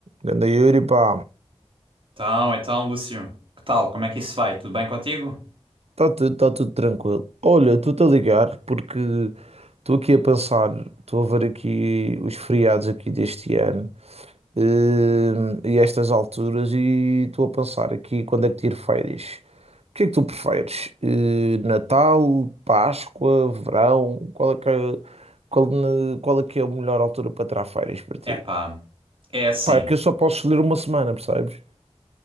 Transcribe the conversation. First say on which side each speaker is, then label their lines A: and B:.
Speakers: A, on the right; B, on the right.
A: Ganda Yuri, pá,
B: Então, então, Lúcio, que tal? Como é que isso vai? Tudo bem contigo?
A: está tudo, tá tudo tranquilo. Olha, estou-te a ligar porque estou aqui a pensar, estou a ver aqui os feriados aqui deste ano hum, e estas alturas e estou a pensar aqui quando é que tiro férias. O que é que tu preferes? Eh, Natal, Páscoa, verão? Qual é que é, qual, na- qual é que é a melhor altura para tirar férias para ti?
B: Epá, é assim.
A: Pá, é que eu só posso escolher uma semana, percebes?